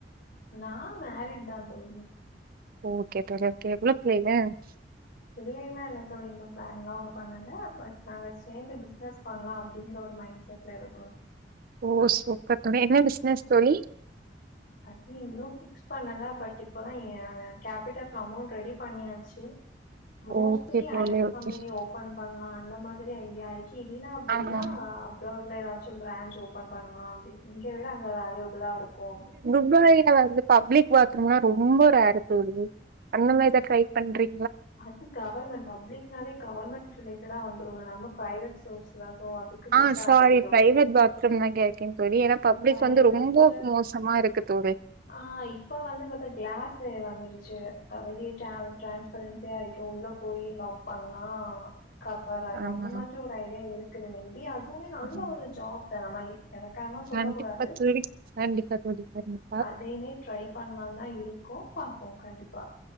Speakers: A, on the left; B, on the right.
A: நா மேரிடுதா தோழி
B: ஓகே தோழி கே எவ்ளோ பிள்ளைல
A: பிள்ளைலா இல்ல தோழி இன்னு பிளான்லா ஒன்னு பண்ணல பட் நாங்க சேந்து பிசினஸ் பண்ணலா அப்பிடிங்க த ஒரு மைண்ட் செட்ல இருக்
B: ஓ சூப் பர் தோழி என்ன பிசினஸ் தோழி
A: அது இன்னு பிக்ஸ் பண்ணல பட் இப்பதா ஏ கேபிடல் அமௌண்ட் ரெடி பண்ணியாச்சி மோஸ்ட்லி
B: ஓகே தோழி
A: ஐட்டி
B: ஓகே
A: கம்பெனி ஓபன் பண்ணலா அந்த மாதிரி ஐடியா ஆய் கி இல்ல அப்புடின்னா
B: ஆமா
A: அப்ராட் ட்ல எதாச்சும் பிரேன்ச் ஓப்பன் பண்லா அப்டின்னு இங்க விட அங்கதா அதிவபல்லா இருக்கு அப்டின்
B: உககைல வந்து பப்ளிக் பாத்ரூம்மா ரொம்ப ரேரு தோழி அந்த மாரிதா ட்ரை பண்றீ
A: அது கவர்மெண்ட் பப்ளிக்னாவே கவர்மெண்ட் ரிலேட் டடா வந்துரும்ல நம்ம பிரைவேட் சோர்ஸ்லஸ் போவோ அதுக்கு செட்
B: ஆ சாரி
A: ஆகாது தோழி
B: பிரைவேட் பாத்ரூம் தா கேக்கே தோழி ஏன்னா பப்ளிக்
A: ஆ
B: வந்து
A: இவச்ச
B: ரொம்ப மோசமா இருக்கு தோழி
A: ஆ இப்ப வந்து பாத்தா கிளாஸ்ல வந்துருச்சு அவதியே டிரேவல் டிரான்ஸ் பரன்சியா இருக்கு உள்ள போயி லாக் பண்லா கப் பறாயிரு
B: ஆமா
A: அந்த மாதிரி ஒரு ஐடியா இருக்குது மேபி அதுவுமே நல்ல
B: ஆமா
A: ஒரு ஜாப்தா நம்ம இ எளக்காரமா சொல்ல
B: கண்டிப்பா
A: கூடாது
B: தோழி கண்டிப்பா தோழி கண்டிப்பா
A: அதையுமே ட்ரை பண்லான்தா இரு கோ பா போவோ கண்டிப்பா